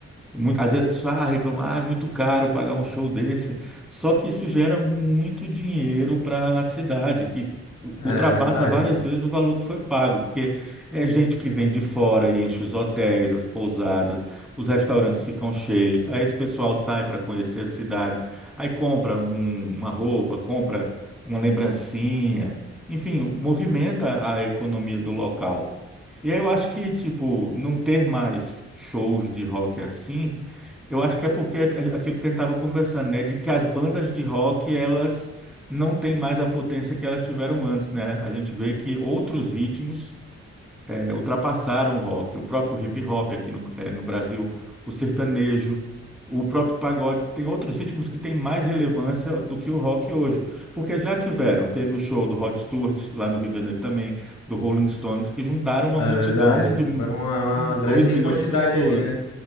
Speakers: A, in the centre; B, on the left (about 80°).
A: muito, às vezes a pessoa ah, reclama, ah, é muito caro pagar um show desse. Só que isso gera muito dinheiro para a cidade, que u-
B: É
A: ultrapassa
B: verdade,
A: várias vezes o valor que foi pago, porque é gente que vem de fora e enche os hotéis, as pousadas, os restaurantes ficam cheios. Aí esse pessoal sai para conhecer a cidade, aí compra um- uma roupa, compra uma lembrancinha, enfim, movimenta a economia do local. E aí eu acho que, tipo, não ter mais shows de rock assim eu acho que é porque a- aquilo que a gente estava conversando, né? De que as bandas de rock, elas não têm mais a potência que elas tiveram antes, né? A gente vê que outros ritmos eh, ultrapassaram o rock. O próprio hip hop aqui no, eh, no Brasil, o sertanejo, o próprio pagode. Tem outros ritmos que têm mais relevância do que o rock hoje. Porque já tiveram. Teve o show do Rod Stewart, lá no Rio de Janeiro também, do Rolling Stones, que juntaram uma
B: é
A: multidão
B: verdade.
A: de
B: Foi uma,
A: 2
B: uma grande
A: milhões
B: quantidade
A: de pessoas.
B: ali, né?